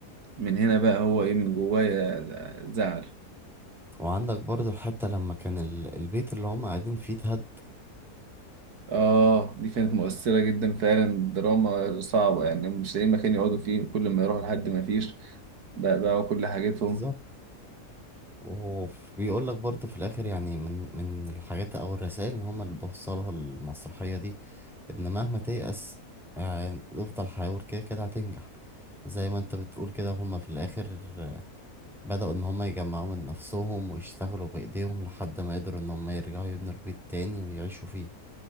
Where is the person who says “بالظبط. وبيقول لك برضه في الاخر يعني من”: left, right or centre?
Centre